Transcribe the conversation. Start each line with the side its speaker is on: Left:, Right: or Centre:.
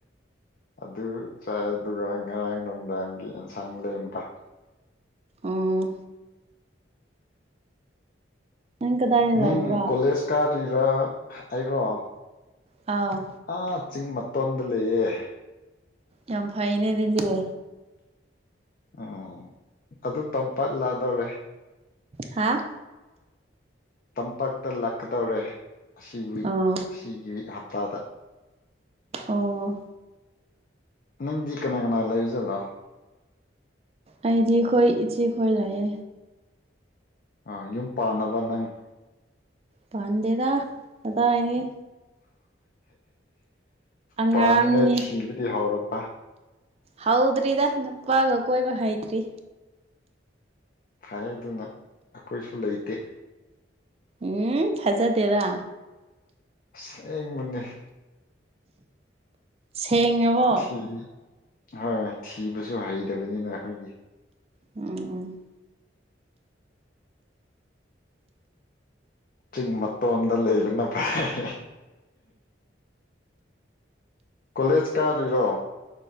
Left: ꯑꯗꯨ ꯆꯥꯏ ꯑꯗꯨꯒ ꯉꯔꯥꯡ ꯅꯨꯡꯗꯥꯡꯒꯤ ꯏꯟꯁꯥꯡ ꯂꯩꯝꯕ
Right: ꯑꯥ ꯅꯪ ꯀꯗꯥꯏꯗ ꯂꯩꯕ꯭ꯔꯥ
Left: ꯅꯪ ꯀꯣꯂꯦꯖ ꯀꯥꯗꯣꯏꯔꯥ ꯍꯥꯏꯔꯣ
Right: ꯑꯧ
Left: ꯑꯥ ꯆꯤꯡ ꯃꯇꯣꯟꯗ ꯂꯩꯌꯦ
Right: ꯌꯥꯝ ꯐꯩꯅꯦ ꯑꯗꯨꯗꯤ
Left: ꯎꯝ ꯑꯗꯨ ꯇꯝꯄꯥꯛ ꯂꯥꯗꯧꯔꯦ
Right: ꯍꯥ
Left: ꯇꯝꯄꯥꯛꯇ ꯂꯥꯛꯀꯗꯧꯔꯦ ꯑꯁꯤ ꯋꯤꯛ
Right: ꯑꯥ
Left: ꯑꯁꯤꯒꯤ ꯍꯞꯇꯥꯗ
Right: ꯑꯣ
Left: ꯅꯪꯗꯤ ꯀꯅꯥ ꯀꯅꯥ ꯂꯩꯕꯖꯠꯂꯣ
Right: ꯑꯩꯗꯤ ꯈꯣꯏ ꯏꯆꯦꯈꯣꯏ ꯂꯩꯌꯦ
Left: ꯑꯥ ꯌꯨꯝ ꯄꯥꯟꯅꯕ ꯅꯪ
Right: ꯄꯥꯟꯗꯦꯗ ꯀꯗꯥꯏꯗꯩ ꯑꯉꯥꯡꯅꯤ
Left: ꯄꯥꯅꯤꯡꯉꯥꯏ ꯊꯤꯕꯗꯤ ꯍꯧꯔꯕ
Right: ꯍꯧꯗ꯭ꯔꯤꯗ ꯅꯨꯄꯥꯒ ꯀꯣꯏꯕ ꯍꯩꯇ꯭ꯔꯤ
Left: ꯐꯩ ꯑꯗꯨꯅ ꯑꯈꯣꯏꯁꯨ ꯂꯩꯇꯦ
Right: ꯎꯝ ꯊꯥꯖꯗꯦꯗ
Left: ꯑꯁꯦꯡꯕꯅꯦ
Right: ꯁꯦꯡꯉꯕꯣ
Left: ꯊꯤ ꯍꯣꯏ ꯊꯤꯕꯁꯨ ꯍꯩꯇꯕꯅꯤꯅ ꯑꯩꯈꯣꯏꯒꯤ
Right: ꯎꯝ ꯎꯝ
Left: ꯆꯤꯡ ꯃꯠꯇꯣꯗ ꯂꯩꯕꯟꯅ ꯄꯩ ꯀꯣꯂꯦꯖ ꯀꯥꯗꯧꯏꯔꯣ